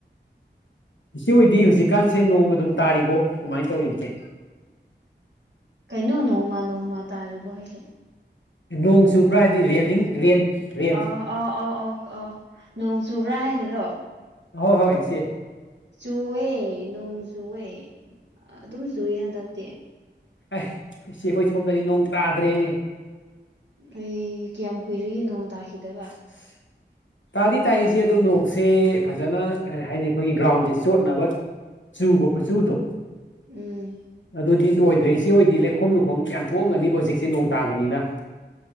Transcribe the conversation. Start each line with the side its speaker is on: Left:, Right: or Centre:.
Left: ꯏꯆ ꯑꯣꯏꯗꯤ ꯍꯧꯖꯤꯛꯀꯥꯟꯁꯦ ꯅꯣꯡꯒ ꯑꯗꯨꯝ ꯇꯥꯔꯤꯕꯣ ꯀꯃꯥꯏꯅ ꯇꯧꯔꯤꯒꯦ
Right: ꯀꯩꯅꯣ ꯅꯣꯡꯃ ꯅꯣꯡꯃ ꯇꯥꯔꯤꯕꯣ ꯑꯩꯁꯦ
Left: ꯅꯣꯡꯁꯨ ꯄꯨꯔꯥ ꯍꯥꯏꯗꯤ ꯔꯦꯟꯅꯤꯡ ꯔꯦꯟ ꯔꯦꯟ
Right: ꯑ ꯑꯥ ꯑꯥ ꯑꯣ ꯑꯥ ꯅꯣꯡ ꯆꯨꯕ꯭ꯔꯥ ꯍꯥꯏꯔꯤꯔꯣ
Left: ꯍꯣꯏ ꯍꯣꯏꯁꯦ
Right: ꯆꯨꯋꯦ ꯅꯣꯡ ꯆꯨꯋꯦ ꯑꯗꯨꯝ ꯆꯨꯏꯦ ꯍꯟꯗꯛꯇꯤ
Left: ꯑꯦ ꯁꯤ ꯑꯩꯈꯣꯏ ꯁꯣꯝꯗꯗꯤ ꯅꯣꯡ ꯇꯥꯗ꯭ꯔꯦꯅꯦ
Right: ꯑꯩ ꯀꯌꯥꯝ ꯀꯨꯏꯔꯒꯦ ꯅꯣꯡ ꯇꯥꯈꯤꯗꯕ
Left: <unintelligible> ꯇꯥꯗꯤ ꯇꯥꯔꯤꯁꯦ ꯑꯗꯣ ꯅꯣꯡꯁꯦ ꯐꯖꯅ ꯀꯔꯤ ꯍꯥꯏꯅꯤ ꯑꯩꯈꯣꯏꯒꯤ ꯒ꯭ꯔꯥꯎꯟꯁꯦ ꯆꯣꯠꯅꯕ ꯆꯨꯕ ꯀꯆꯨꯗꯣ
Right: ꯎꯝ
Left: ꯑꯗꯨꯗꯤ ꯑꯣꯏꯗ꯭ꯔꯦ ꯏ ꯁꯤ ꯑꯣꯏꯗꯤ ꯂꯩꯈꯣꯝ ꯂꯨꯈꯣꯝ ꯌꯥꯝ ꯊꯣꯛꯑꯝꯒꯅꯤꯕ ꯍꯧꯖꯤꯛꯁꯦ ꯅꯣꯡ ꯇꯥꯕꯅꯤꯅ